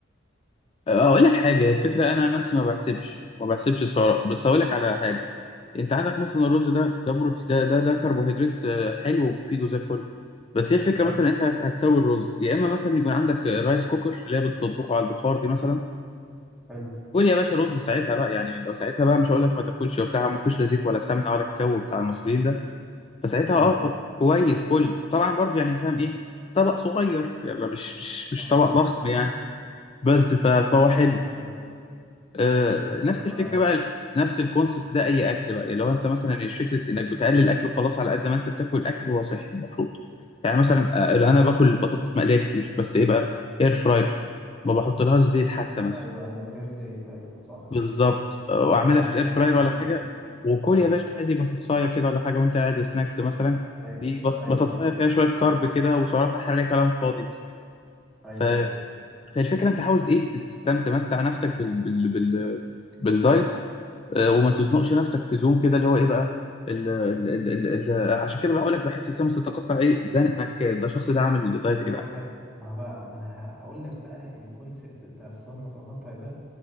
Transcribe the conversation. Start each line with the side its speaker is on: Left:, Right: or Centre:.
Left: آه، اقول لك حاجه الفكره انا عن نفسي ما بحسبش ما بحسبش السعرات بس هقول لك على حاجه انت عندك مثلا الرز ده ده بروتين ده ده ده كربوهيدرات آه، حلو ومفيد وزي الفل بس هي الفكره
Centre: حلو
Left: مثلا انت هت- هتسوي الرز يا اما مثلا يكون عندك رايس كوكر اللي هي بتطبخه على البخار دي مثلا
Centre: حلو
Left: قول يا باشا رز ساعتها بقى يعني ساعتها بقى مش هقول لك ما تاكلش وبتاع ما فيش لا زيت ولا سمنه ولا الكو بتاع المصريين ده فساعتها
Centre: حلو
Left: اه
Centre: اه
Left: هو كويس كل طبعا برضو يعني فاهم ايه طبق صغير يعني لا مش مش مش
Centre: ما كترش
Left: طبق ضخم يعني بس ف- فهو
Centre: ما كترش
Left: حلو
Centre: ايوه
Left: آه
Centre: بص
Left: نفس
Centre: هو
Left: الفكره بقى نفس الكونسبت ده اي اكل بقى لو انت مثلا مش فكره انك بتقلل اكل وخلاص على قد ما انت بتاكل اكل هو صحي المفروض يعني مثلا آه، انا باكل بطاطس مقليه كتير بس ايه بقى اير فراير ما بحطلهاش زيت حتى مثلا
Centre: ايوه ايوه من غير زيت ايوه صح
Left: بالظبط آه، واعملها
Centre: او
Left: في
Centre: فو...
Left: الاير فراير
Centre: او
Left: ولا
Centre: فرن
Left: حاجه وكل
Centre: ايوه
Left: يا باشا عادي بطاطسايه كده ولا حاجه وانت قاعد سناكس مثلا
Centre: ايوه
Left: دي بط-
Centre: ايوه
Left: بطاطسايه
Centre: ايوه
Left: فيها شويه كارب كده وسعراتها الحراريه كلام فاضي مثلا
Centre: ايوه
Left: ف...
Centre: ايوه
Left: فالفكره انت حاول ايه تت- تستمتع مستع نفسك بال... بال... بال... بالدايت آه، وما تزنقش نفسك في زوم كده اللي هو ايه بقى ال... ال... ال... ال... ال... عشان كده بقول لك بحس السمس تتقطع ايه زنق انك ده الشخص ده عامل دايت
Centre: ما
Left: يا
Centre: انا
Left: جدعان
Centre: هقول لك ما بقى ما انا هقول لك بقى الكونسبت بتاع الصين المتقطع ده